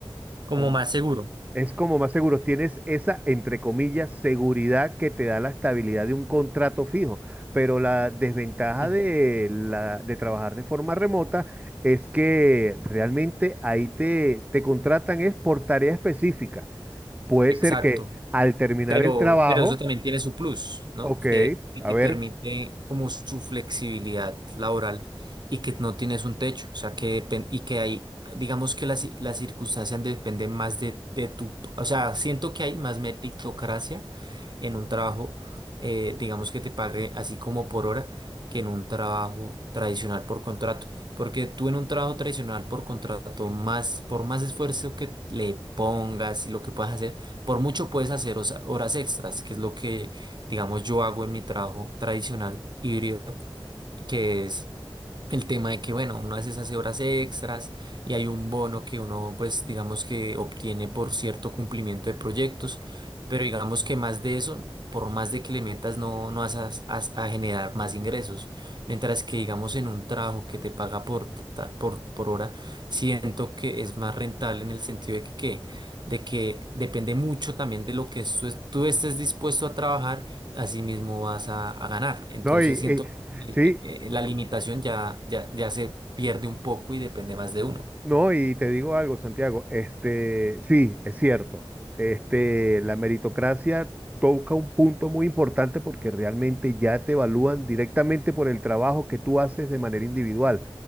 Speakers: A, on the right; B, on the right.
A: Como
B: con
A: más seguro.
B: es como más seguro, tienes esa, entre comillas, seguridad que te da la estabilidad de un contrato fijo, pero la desventaja
A: Mm.
B: de, la, de trabajar de forma remota es que realmente ahí te, te contratan es por tarea específica. Puede
A: Exacto.
B: ser que al terminar
A: Pero,
B: el trabajo,
A: pero eso también tiene su plus, ¿no?
B: ok,
A: Que y
B: a
A: te
B: ver,
A: permite como su flexibilidad laboral y que no tienes un techo, o sea, que depen- y que hay, digamos que las, las circunstancias dependen más de, de tu, o sea, siento que hay más meritocracia en un trabajo, eh, digamos que te pague así como por hora, que en un trabajo tradicional por contrato. Porque tú en un trabajo tradicional por contrato, más, por más esfuerzo que le pongas y lo que puedas hacer, por mucho puedes hacer osa- horas extras, que es lo que, digamos, yo hago en mi trabajo tradicional híbrido, que es el tema de que, bueno, uno a veces hace horas extras y hay un bono que uno, pues, digamos que obtiene por cierto cumplimiento de proyectos, pero digamos que más de eso, por más de que le metas, no, no vas a, a- a generar más ingresos. Mientras que, digamos, en un trabajo que te paga por, ta- por, por hora, siento que es más rentable en el sentido de que, ¿qué? de que depende mucho también de lo que tú, es- tú estés dispuesto a trabajar, así mismo vas a, a ganar. Entonces
B: no, y,
A: siento
B: y-
A: eh,
B: sí,
A: eh, la limitación ya, ya, ya se pierde un poco y depende más de uno.
B: No, y te digo algo, Santiago, este, sí, es cierto. Este, la meritocracia toca un punto muy importante porque realmente ya te evalúan directamente por el trabajo que tú haces de manera individual.